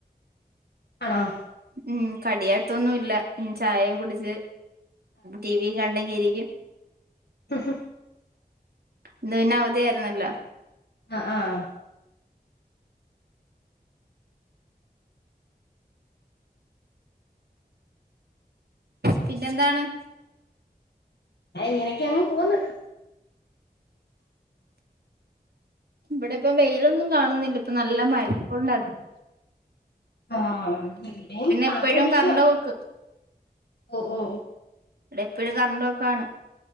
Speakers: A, on the left (about 85°); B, on the right (about 70°).
A: ആണോ
B: ഉം കടിയായിട്ടോന്നും ഇല്ല ചായയും കുടിച്ച് ടിവിം കണ്ടെങ്കി ഇരിക്കും
A: ആ
B: ഇന്ന് പിന്നെ അവധിയ ആായിരുന്നല്ലോ
A: ആഹ ആഹ
B: പിന്നെന്താണ്
A: ഇങ്ങനെയൊക്കെയ അങ്ങ് പോന്ന് ഉ
B: ഇവിടെപ്പം വെയിലൊന്നും കാണുന്നില്ല ഇപ്പ നല്ല മയപ്പണ്ട്
A: ആഹ ഇവിടെയും താന്ന
B: എപ്പഴും
A: നിക്കുവ
B: കറണ്ട് പോക്ക്
A: ഓ ഓ
B: ഇവിടെ എപ്പഴും കറണ്ട്പോക്കാണ്